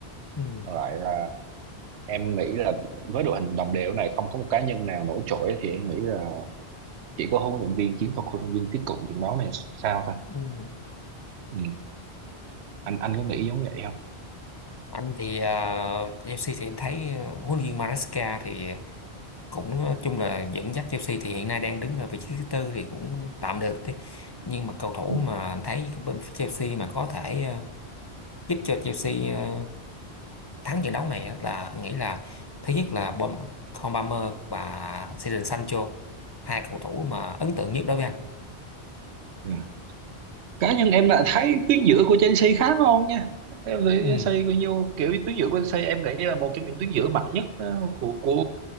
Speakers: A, on the left; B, on the right.
A: Ừ.
B: còn lại là em nghĩ là với đội hình đồng đều này không có một cá nhân nào nổi trội thì em nghĩ là chỉ có huấn luyện viên chiến thuật huấn luyện viên tiếp cận trận đấu này sao thôi
A: Ừ.
B: Ừm, anh anh có nghĩ giống vậy không
A: anh thì uh, Chelsea thì em thấy ờ, huấn luyện viên Maresca thì cũng ờ, chung là dẫn dắt Chelsea thì hiện nay đang đứng ở vị trí thứ tư thì cũng tạm được đi nhưng mà cầu thủ
B: Ừm,
A: mà anh thấy bên phía Chelsea mà có thể ờ, giúp cho Chelsea ờ, thắng trận đấu này á là anh nghĩ là thứ nhất là Bom Con Palmer và Jadon Sancho hai cầu thủ mà ấn tượng nhất đối với anh
B: Dạ. Cá nhân em là thấy tuyến giữa của Chelsea khá ngon nha. Em thấy
A: ừ,
B: Chelsea bao nhiêu kiểu tuyến giữa của Chelsea em nghĩ là một trong những tuyến giữa mạnh nhất ờ, của của